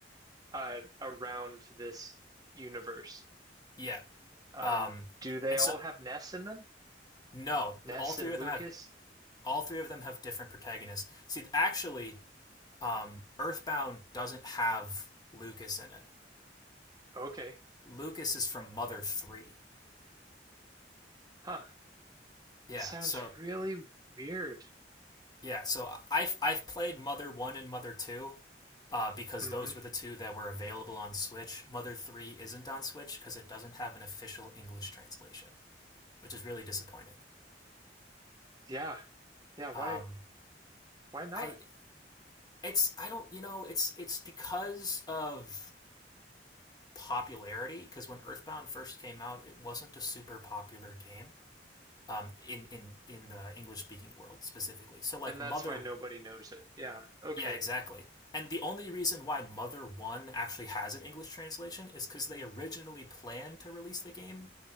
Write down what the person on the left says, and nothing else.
yeah.
Um,
and
so
no,
all three
of
them have all three of them have different protagonists. See, actually, um, Earthbound doesn't have Lucas in it.
Lucas is from Mother Three.
Yeah.
So
yeah. So I've I've played Mother One and Mother Two, uh, because
those were the two that were available on Switch. Mother 3 isn't on Switch because it doesn't have an official English translation, which is really disappointing.
Um,
I it's I don't you know it's it's because of popularity because when Earthbound first came out, it wasn't a super popular game um, in in in the English speaking world specifically. So like
Mother,
yeah, exactly. And the only reason why Mother 1 actually has an English translation is because they originally planned to release the game